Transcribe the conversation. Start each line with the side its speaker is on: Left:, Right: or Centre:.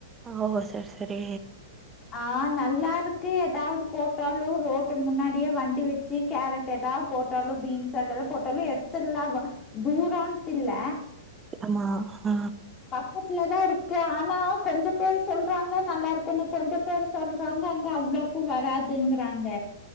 Right: ஓவவ்வோ செரி செரி
Left: ஆஹ் நல்லா இருக்கு எதாவ்து போட்டாலு ரோட்டு முன்னாடியே வண்டி வச்சு கேரட் எதாவ்து போட்டாலு பீன்ஸ் அதெல்லா போட்டாலு எடுத்துற்லா வ தூரன்ட்டு இல்ல
Right: ஆமா ஆஹ்
Left: பக்கத்லதா இருக்கு ஆனா கொஞ்ச பேரு சொல்றாங்க நல்லா இருக்குனு கொஞ்சம் பேரு சொல்றாங்க அங்க அவ்ளோக்கு வராதுங்கறாங்க